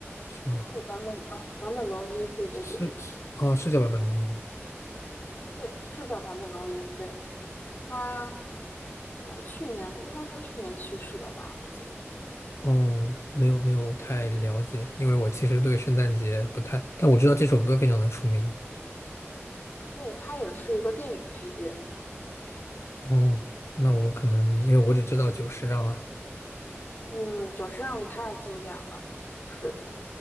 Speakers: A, on the left; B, on the left.
A: 什么？
B: 对，坂本啊，坂本龙一，对对对
A: 是是哦，是叫坂本龙一吗？
B: 对，是叫坂本龙一。对，他呃，去年应该是去年去世的吧，我记得。
A: 哦，没有没有太了解，因为我其实对圣诞节不太，但我知道这首歌非常的出名。
B: 对，他也是一个电影配乐。
A: 哦，那我可能因为我只知道久石让啊。
B: 嗯，久石让太经典了。就是。